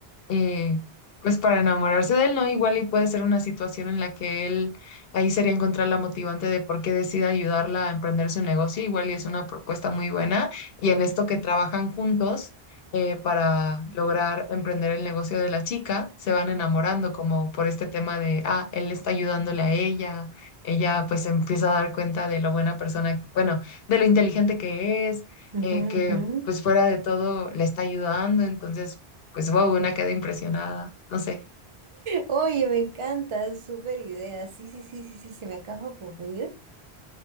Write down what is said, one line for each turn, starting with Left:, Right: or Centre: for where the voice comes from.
Left: eh, pues para enamorarse de él, ¿no? Igual y puede ser una situación en la que él, ahí sería encontrar la motivante de por qué decide ayudarla a emprender su negocio, igual y es una propuesta muy buena, y en esto que trabajan juntos eh, para lograr emprender el negocio de la chica, se van enamorando como por este tema de, ah, él está ayudándole a ella, ella pues empieza a dar cuenta de lo buena persona, bueno, de lo inteligente que es,
Right: Ujú,
Left: eh, que
Right: ujú.
Left: pues fuera de todo le está ayudando, entonces pues wow, una queda impresionada, no sé.
Right: Oye, me encanta, es súper idea. Sí, sí, sí, sí, sí, se me acaba de ocurrir.